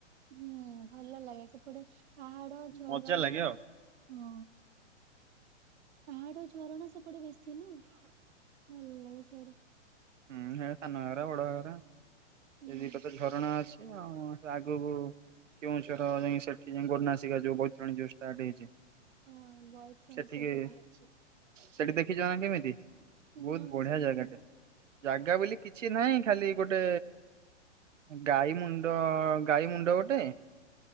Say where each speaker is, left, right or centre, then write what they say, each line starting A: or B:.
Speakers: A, on the right (about 60°); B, on the right (about 85°).
A: ହୁଁ ଭଲ ଲାଗେ ସେପଟେ ପାହାଡ ଝରଣା
B: ମଜା ଲାଗେ
A: ହୁଁ
B: ଆଉ।
A: ପାହାଡ ଝରଣା ସବୁଟେ ବେଶୀ ସ ନା ଭଲ ଲାଗେ ଝଡ଼
B: ହୁଁ ହେ ସନଗରା ବଡ ହରା ଏ
A: ହୁଁ
B: ଦିଇଟ ତ ଝରଣା ଅଛି ଆଗକୁ କେଉଁଝର ଯାଇ ସେଠି ଯ ଗନାସିକା ଯୋଉ ବୈତରଣୀ ଯୋଉ ଷ୍ଟାର୍ଟ ହେଇଛି
A: ହଁ ବୈତ୍ରଣୀ
B: ସେଠିକି
A: ସେଇଠୁ ବାହାରିଛି
B: ସେଠି ଦେଖିଛ ନା କେମିତି
A: ହୁଁ
B: ବହୁତ
A: ଆମ
B: ବଢିଆ
A: ସେଠିକ
B: ଜାଗାଟେ
A: ହେ
B: ଜାଗା ବୋଲି କିଛି ନାହିଁ ଖାଲି ଗୋଟେ ଗାଈ ମୁଣ୍ଡ ଗାଈ ମୁଣ୍ଡ ଗୋଟେ